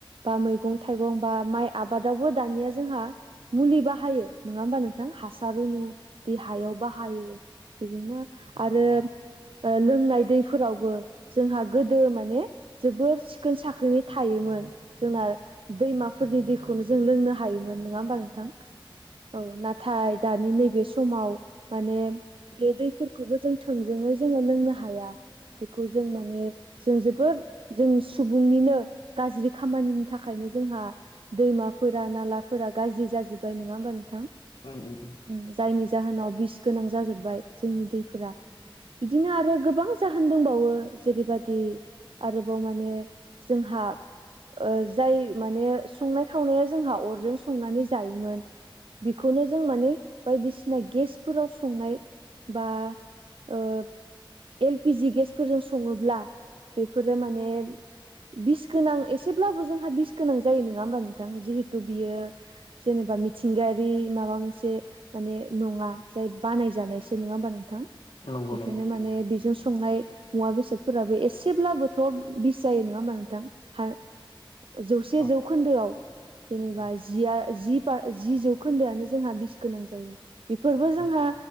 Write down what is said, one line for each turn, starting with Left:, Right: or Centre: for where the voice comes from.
Right: बा मैगं थाइगं बा माइ आबादावबो दानिया जोंहा मुलि बाहायो नङा होमबा नोंथां हासार रुनु देहायाव बाहायो बेजोंनो आरो लोंनाय दैफोरावबो जोंहा गोदो माने जोबोर सिखोन साखोनै थायोमोन जोंना दैमाफोरनि दैखौनो जों लोंनो हायोमोन नङा होमबा नोंथां औ नाथाय दानि नैबे समाव माने बे दैफोरखौबो जों थोंजोङै जोङो लोंनो हाया बेखौ जों माने जों जोबोद जों सुबुंनिनो गाज्रि खामानिनि थाखायनो जोंहा दैमाफोरा नालाफोरा गाज्रि जाजोब्बाय नङा होमबा नोंथां
Left: उम उम
Right: उम जायनि जाहोनाव बिस गोनां जाजोब्बाय जोंनि दैफोरा बिदिनो आरो गोबां जाहोन दंबावो जेरैबादि आरोबाव माने जोंहा ओ जाय माने संनाय खावनाया जोंहा अरजों संनानै जायोमोन बेखौनो जों माने बायदिसिना गेसफोराव संनाय बा ओ एल पि जि गेसफोरजों सङोब्ला बेफोरो माने बिस गोनां एसेब्लाबो जोंहा बिस गोनां जायो नङा होमबा नोंथां जिहेथु बियो जेनेबा मिथिंगायारि माबा मोनसे माने नङा जाय बानायजानायसो नङा होमबा नोंथां
Left: नंगौ
Right: बेखायनो
Left: नंगौ
Right: माने बेजों संनाय मुवा बेसादफोराबो एसेब्लाबोथ' बिस जायो नङा होमबा नोंथां जौसे
Left: औ
Right: जौखोन्दोआव जेनेबा
Left: औ
Right: जिया जि जौखोन्दोआनो जोंहा बिस गोनां जायो। बेफोरबो जोंहा
Left: औ